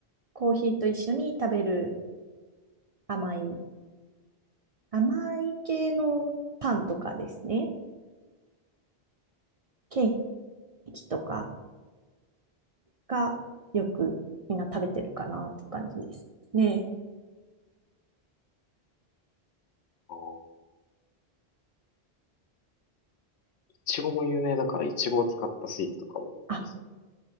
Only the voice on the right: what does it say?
コーヒーと一緒に食べる甘い、甘い系のパンとかですね、ケーキとかがよくみんな食べてるかなって感じですね。
あ、